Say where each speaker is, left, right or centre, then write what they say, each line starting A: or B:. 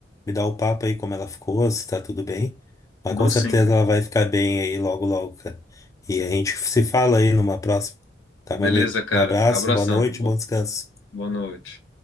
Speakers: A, on the left; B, on the left.
A: me dá o papo aí como ela ficou, se tá tudo bem. Mas
B: Dou
A: com certeza
B: sim, cara.
A: ela vai ficar bem aí logo, logo, cara. E a gente se fala aí numa próxima. Tá,
B: Beleza,
A: meu amigo?
B: cara.
A: Um abraço,
B: Abração.
A: boa noite,
B: Bo-
A: bom descanso.
B: Boa noite.